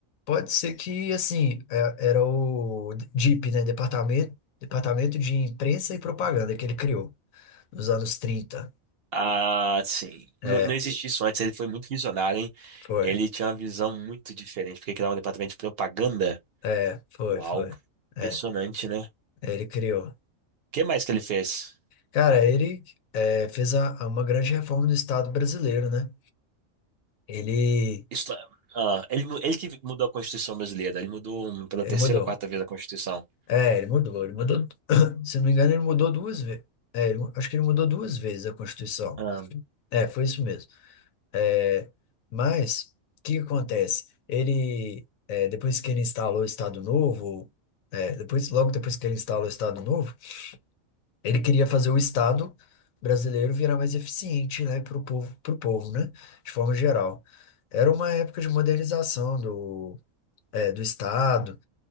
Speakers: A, on the left (about 80°); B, on the right (about 55°).
A: pode ser que, assim, é- era o DIP, né? Departamento, Departamento de Imprensa e Propaganda que ele criou nos anos 30.
B: Ah, sim.
A: É,
B: N- Não existia isso antes, ele foi muito visionário, hein?
A: foi.
B: Ele tinha uma visão muito diferente, porque criava um departamento de propaganda.
A: É, foi,
B: Uau,
A: foi. É,
B: impressionante, né? O
A: ele criou.
B: que mais que ele fez?
A: Cara, ele é, fez a, a uma grande reforma no Estado brasileiro, né? Ele,
B: Isto- ah, ele, mu- ele que mudou a Constituição brasileira, ele mudou hum, pela
A: ele
B: terceira
A: mudou.
B: ou quarta vez a Constituição.
A: É, ele mudou, ele mudou. <coughs> <clears throat> Se não me engano, ele mudou duas vezes. É, ele mu- acho que ele mudou duas vezes a Constituição.
B: Ah,
A: É, foi isso mesmo. É, mas o que que acontece? Ele é, depois que ele instalou o Estado Novo, é, depois logo depois que ele instalou o Estado Novo, ele queria fazer o Estado brasileiro virar mais eficiente, né, para o povo, pro povo, né, de forma geral. Era uma época de modernização do é, do Estado